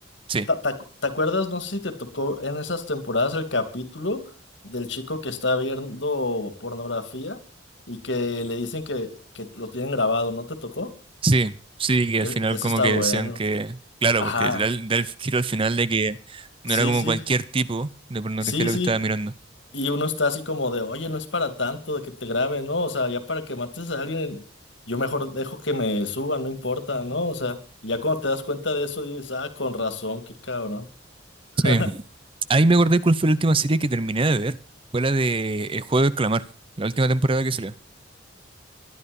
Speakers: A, on the right; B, on the left.
A: sí,
B: ¿Te, te acu- te acuerdas? No sé si te tocó en esas temporadas el capítulo del chico que está viendo pornografía y que le dicen que, que lo tienen grabado, ¿no te tocó?
A: sí, sí, que al
B: E-
A: final
B: ese
A: como
B: está
A: que
B: bueno.
A: decían que... Claro,
B: Ajá,
A: porque da el, da el giro al final de que no
B: sí,
A: era como
B: sí,
A: cualquier tipo de pornografía
B: sí,
A: lo
B: sí.
A: que estaba mirando.
B: Y uno está así como de, oye, no es para tanto de que te graben, ¿no? O sea, ya para que mates a alguien, yo mejor dejo que me suban, no importa, ¿no? O sea, ya cuando te das cuenta de eso, dices, ah, con razón, qué cabrón. <laughs>
A: Sí. Ahí me acordé cuál fue la última serie que terminé de ver. Fue la de El Juego del Clamar, la última temporada que salió.